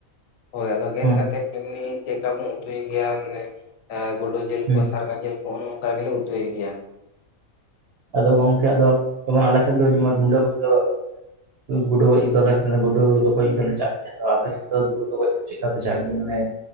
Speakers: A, on the left (about 75°); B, on the right (about 60°).
A: ᱦᱳᱭ ᱟᱫᱚ ᱜᱮᱫ
B: ᱦᱩᱸ
A: ᱠᱟᱛᱮᱜ ᱮᱢᱱᱤ ᱪᱮᱜᱽᱠᱟ ᱵᱚᱱ ᱩᱛᱩᱭ ᱜᱮᱭᱟ, ᱢᱟᱱᱮ ᱜᱩᱰᱩ ᱡᱤᱞ
B: ᱦᱩᱸ
A: ᱥᱟᱨᱜᱟ ᱡᱤᱞ ᱠᱚ ᱚᱱᱚᱝᱠᱟ ᱜᱮᱞᱮ ᱩᱛᱩᱭ ᱜᱮᱭᱟ
B: ᱟᱫᱚ ᱜᱚᱝᱠᱮ ᱟᱫᱚ ᱡᱚᱢᱚᱱ ᱟᱞᱮᱥᱮᱫ ᱫᱚ ᱡᱮᱢᱚᱱ ᱨᱩᱸᱰᱟᱹ ᱠᱚᱫᱚ ᱜᱩᱰᱩ ᱜᱚᱡ ᱫᱚᱞᱮ ᱜᱩᱰᱩ ᱫᱚ ᱜᱚᱡ ᱫᱚᱞᱮ ᱪᱟᱜ ᱜᱮᱭᱟ᱾ ᱟᱯᱮ ᱥᱮᱫ ᱫᱚ ᱜᱩᱰᱩ ᱜᱚᱡ ᱪᱮᱜᱽᱠᱟ ᱯᱮ ᱪᱟᱜ ᱜᱮᱭᱟ? ᱢᱟᱱᱮ